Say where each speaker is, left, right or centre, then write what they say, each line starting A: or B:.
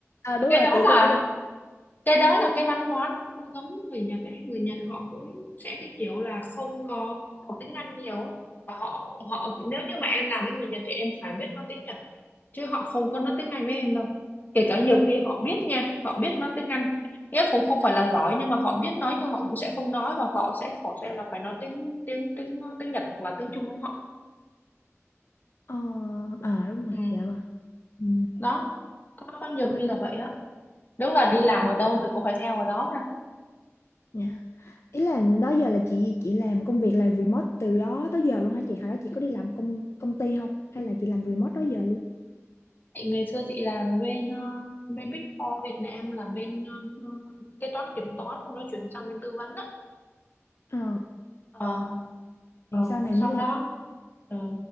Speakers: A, on the left; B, on the left.
A: à đúng
B: Cái
A: rồi
B: đó
A: tự
B: là
A: tôn dân
B: cái đó là cái văn hóa nó không giống với người Nhật ấy người Nhật họ cũng sẽ cái kiểu là không có học tiếng Anh nhiều á. Và họ họ nếu như mà em làm với người Nhật thì em phải biết nói tiếng Nhật chứ họ không có nói tiếng Anh với em đâu kể cả nhiều khi họ biết nha họ biết nói tiếng Anh nghĩa cũng không phải là giỏi nhưng mà họ biết nói nhưng họ cũng sẽ không nói và họ sẽ force em là phải nói tiếng tiếng tiếng tiếng Nhật hoặc là tiếng Trung với họ
A: ờ, à đúng rồi
B: ừ.
A: dạ vâng ừ.
B: đó có có nhiều
A: mấy
B: khi là vậy á đúng là đi
A: dạ
B: làm
A: vâng
B: ở đâu mình cũng phải theo ở đó
A: dạ ý là đó giờ là chị chị làm công việc là remote từ đó tới giờ luôn hả chị hồi đó chị có đi làm công công ty không hay là chị làm remote đó giờ luôn
B: Chị ngày xưa chị làm ở bên ờ, bên Big Four Việt Nam là bên ờ, ờ, kế toán kiểm toán xong nó chuyển sang bên tư vấn á
A: ờ
B: ờ ờ
A: thì sau này
B: sau
A: mới làm
B: đó ờ,